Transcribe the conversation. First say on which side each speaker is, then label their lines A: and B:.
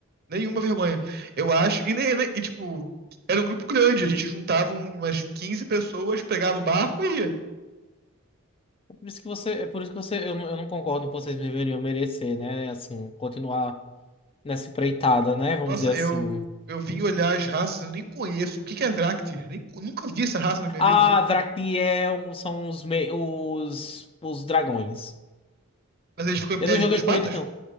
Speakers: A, on the right; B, on the left.
A: Nenhuma vergonha. Eu acho. E, nem, nem- e, tipo, era um grupo grande. A gente juntava umas 15 pessoas, pegava o barco e ia.
B: é por isso que você, é por isso que você, eu não, eu não concordo que vocês deveriam merecer, né? Assim, continuar nessa empreitada, né? Vamos
A: Nossa,
B: dizer assim.
A: eu, eu vim olhar as raças, eu nem conheço. O que que é Vrácter? Nem, nunca vi essa raça na minha
B: Ah,
A: vida.
B: Drakniel são os, me- os, os dragões.
A: Mas ele ficou em
B: Eu
A: pé
B: não
A: de
B: joguei
A: duas
B: com
A: patas?
B: eles, não.